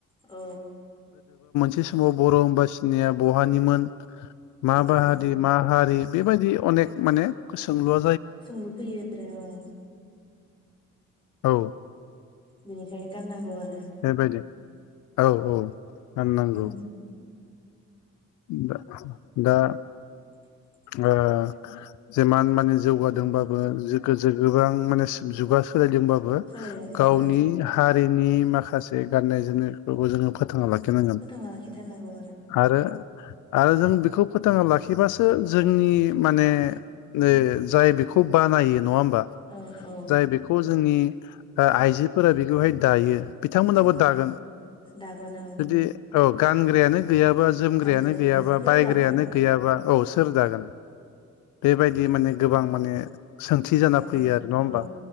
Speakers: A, on the left; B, on the left.
A: औ
B: दि समाव बर' होमबा सिनाया बहानिमोन मा
A: औ
B: बाहारि मा हारि बेबायदि अनेक माने सोंलुवा
A: सोंलु फैयो आरो औ।
B: औ
A: बिनिखायनो गाननांगौ आरो।
B: बेबायदि औ औ गाननांगौ।
A: उम
B: ओ दा दा
A: <inaudible> <unintelligible>
B: दा जेमान माने जौगादोंबाबो जोग जोग्गोबां माने जुगा सोलायदोंबो ओ
A: सोलायदोंबाबो
B: गावनि हारिनि माखासे गाननाय जोमनायफोरखौ जोङो फोथ थांना लाखिनांगोन
A: फोथांना लाखिथारनांगौ
B: आरो आरो जों बेखौ फोथांना लाखिबासो जोंनि माने जे जाय बेखौ खुब बानायो नङा होम बा‌
A: औ औ
B: जाय बेखौ जोंनि ओ आइजोफोरा बेखौहाय दायो बिथांमोनाबो
A: औ
B: दागोन
A: दागोन औ
B: जुदि औ गानग्रायानो गैयाबा जों
A: दांग्रायाबो
B: बायानो गैयाबा
A: गैया सोर
B: बायग्रायानो
A: दागोन
B: गैया औ सा सोर जागोन, बेबायदि माने गोबां माने सोंथि जाना
A: औ
B: फैयो आरो नङा होमबा
A: औ